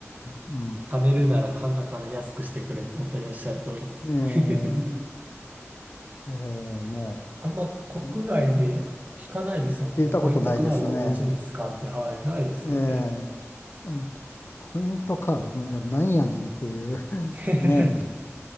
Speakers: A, on the left; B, on the right.
A: うん、
B: 貯めるなら鼻から安くしてくれって本当におっしゃる通りですね。
A: え
B: <laughs> うん。
A: え、ええね
B: あんま国外で聞かないですもんね。
A: え、うん聞いたことないですね。
B: ポイントカードお持ちですかって、はい、ないですよね。
A: ええうんポイントカードじゃなんやねんっていう。<laughs>
B: <laughs>
A: ね